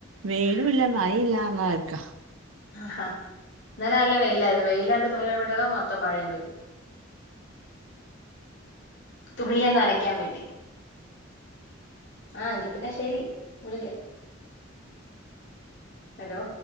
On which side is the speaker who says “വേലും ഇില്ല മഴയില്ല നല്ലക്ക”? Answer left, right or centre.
Right